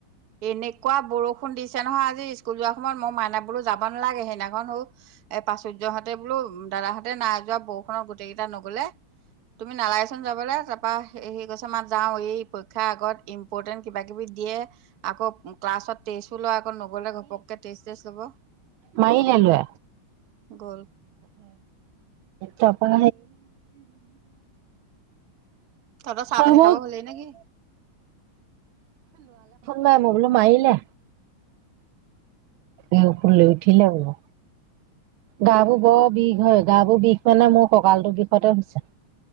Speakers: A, on the right (about 55°); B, on the right (about 80°).
A: এনেকুৱা বৰষুণ। ষুণ দি। পিছে নহয় আজি স্কুল যোৱাৰ সময়ত মই মাইনা বোলো যাব নালাগে সেইদিনাখন হওক। <unintelligible> এ প্ৰাচুৰ্যহতে বোলো দাদাহঁতে নাযোৱা বৰষুণত গোতেই কেইটা নগলে। তুমি নালাগেচোন যাবলৈ তাৰপা সি কৈছে মা যাও এই পৰীক্ষাৰ আগত ইম্পৰটেণ্ট কিবা কিবি দিয়ে। আকৌ ক্লাছত তেইছো লোৱা অকণ নগলে ঘপকে তেজ তেজ ল'ব
B: মাইলে
A: গ'ল
B: তাৰ পা?
A: তহঁতৰ চাহ
B: হল
A: পানী খাব হ'লেই নেকি
B: মই বুলো মাৰিলে। এই প লৈ উঠি লে বুলোঁ। গা বোৰো বিষ হয় গা বোৰ বিষ মানে মোৰ ককালটোৰ বিষতে হৈছে,